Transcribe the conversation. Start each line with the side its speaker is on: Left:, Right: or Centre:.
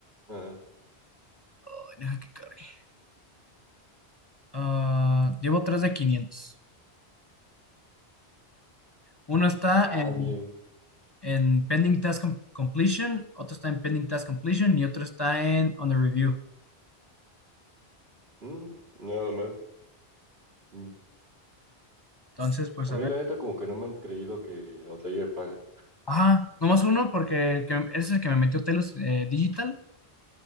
Right: Ajá.
Left: Ay, deja que cargue. Ah, llevo tres de 500. Uno está
Right: Ah,
Left: en
Right: bien.
Left: en Pending Task Completion, otro está en Pending Task Completion y otro está en Under Review.
Right: Mm, nada mal. Mm.
Left: Entonces, pues
Right: A mí
Left: a ver.
Right: la neta como que no me han creído que Outlier paga.
Left: Ah, nomás uno porque el que, es el que me metió Telos eh, Digital.